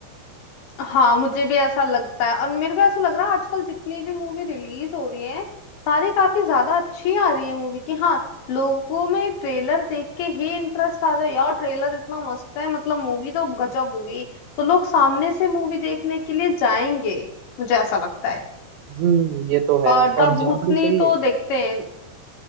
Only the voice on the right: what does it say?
हम्म ये तो है
और
जाना
भी चाहिए